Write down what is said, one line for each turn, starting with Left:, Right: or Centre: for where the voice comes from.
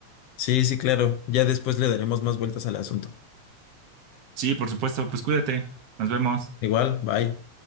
Left: Sí, sí, claro. Ya después le daremos más vueltas al asunto.
Right: Sí, por supuesto, pues cuídate, nos vemos.
Left: Igual, bye.